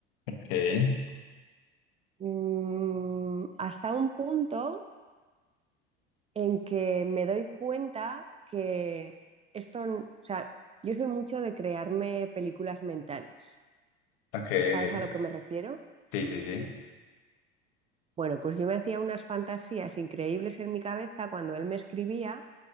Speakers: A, on the left (about 75°); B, on the right (about 20°).
A: ok,
B: Mm, hasta un punto en que me doy cuenta que esto, n- o sea, yo soy mucho de crearme películas mentales.
A: ok,
B: ¿Sabes
A: ok.
B: a lo que me refiero?
A: Sí, sí, sí.
B: Bueno, pues yo me hacía unas fantasías increíbles en mi cabeza cuando él me escribía,